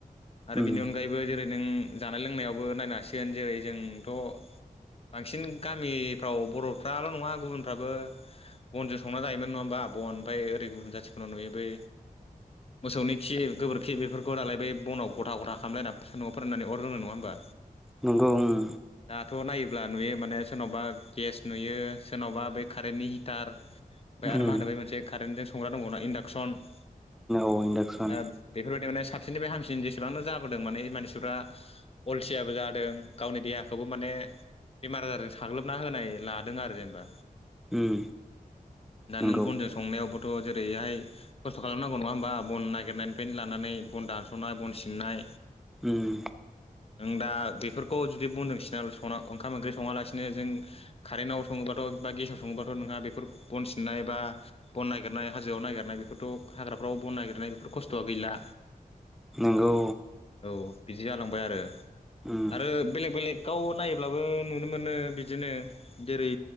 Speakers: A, on the left; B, in the centre.
A: आरो
B: उम
A: बेनि अनगायैबो जेरै नों जानाय लोंनायावबो नायनो हासिगोन जेरै जोंथ बांसिन गामिफ्राव बरफ्राल नङा गुबुनफ्राबो बनजों संना जायोमोन नङा होमबा बन ओमफ्राय ओरै गुबुन जाथिफोरनाव नुयो बै मोसौनि खि गोबोरखि बेफोरखौ दालाय बै बनाव गथा गथा खालामलायना नआव फोराननानै अर जनो नंङा होनोमबा
B: नंगौ उम
A: दाथ नायोब्ला नुयो मा ने सोरनावबा गेस नुयो सोरनावबा बै कारेन्टनि हिटार ओमफाय आरो
B: उम
A: मा होनो बे मोनसे कारेन्टजों संग्रा दंबावना इन्डाक्सन ओ
B: औ इन्डाक्सन
A: बेफोरबायदि माने साबसिननिफ्राय हामसिन जेसेबांनो जाबोदों माने मानसिफ्रा अलसियाबो जादों गावनि देहाखौबो माने बेमार आजारजों साग्लोबना होनाय लादों आरो जेनेबा
B: उम
A: दा
B: नंगौ
A: नों बनजों संनायावबोथ‌ जेरै ओरैहाय खस्थ खालामनांगौ नंङा होमबा बन नागिरनायनिफ्रायनो लानानै बन दानसनाय बन सिननाय
B: उम
A: <inaudible> नों दा बेफोर खौ जुदि बनजों सिना सना ओंखाम ओंख्रि सङालासिनो जों कारेनाव सङोबाथ' बा गेसाव सङोबाथ' नो ना बेफोर बन सिननाय बा बन नागिरनाय हाजोआव नागिरनाय बेफोरथ' हाग्राफ्राव बन नागिरनाय बेफोर खस्थ'आ गैला।
B: नंगौ
A: औ बिदि जालांबाय आरो
B: उम
A: आरो बेलेग बेलेग गाव नाय ब्लाबो नुनो मोनो बिदिनो जेरै